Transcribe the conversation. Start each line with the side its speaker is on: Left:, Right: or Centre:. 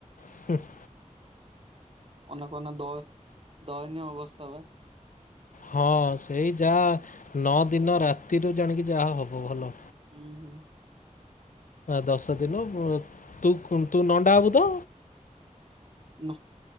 Left: ସିଶ୍
Right: <unintelligible> ଦ ଦୟନୀୟ ଅବସ୍ଥା ପା।
Left: ହଁ, ସେଇ ଯାହା ନଅ ଦିନ ରାତିରୁ ଜାଣିକି ଯାହା ହବ, ଭଲ।
Right: ହୁଁ ହୁଁ।
Left: ଦଶ ଦିନ ତୁ ତୁ ନଣ୍ଡା ହବୁ ତ?
Right: ନା।